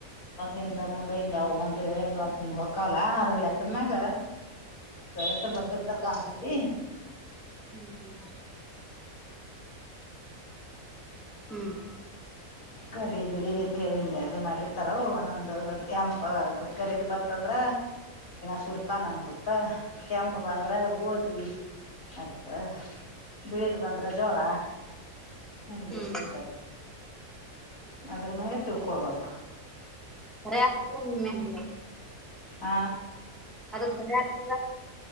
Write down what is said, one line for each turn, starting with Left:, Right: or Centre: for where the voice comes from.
Left: ಹಿಂದ ಮುಂದೆ ಹಿಂಗ ಒಂದ್ ಒಂದ್ ಹಿಂಗ್ ಹಕ್ಕವಲ್ಲ ಅದ್ರ ಹೆಸರನಾಗ ಹೆಸರ್ ಬರ್ದಿರ್ತರ್ ಕಾಣಂತತಿ
Centre: ಹ್ಮ್ ಹ್ಮ್ ಹ್ಮ್
Left: ಕರಿ ಬಿಡಿ ಅತ್ ಹೇಳಿ ಹಿಂಗ ಇದು ಮಾಡಿರ್ತಾರ ಒಂದೊಂದು ಕ್ಯಾಂಪ್ ಕರೀದ್ ಬತ್ತಂದ್ರ ಸುರೂಪ ನನಗೆ ಗೊತ್ತಾ ಕೆಂಪ್ ಬಂದ್ರ ಗೋದಿ ಹತ್ತ ಬಿಳಿದ್ ಬಂದ್ರೆ ಜೋಳ ಹಿಂಗಿರ್ತತಿ
Centre: ಹ್ಮ್ ಹ್ಮ್ ಹ್ಮ್
Left: ಅದ್ರ ಮೇಲೆ ತಿಕ್ಕೋಬೋದು
Centre: <unintelligible>
Left: ಹ
Centre: ಅದು ಕರೆ ಆಯ್ತಲ್ಲ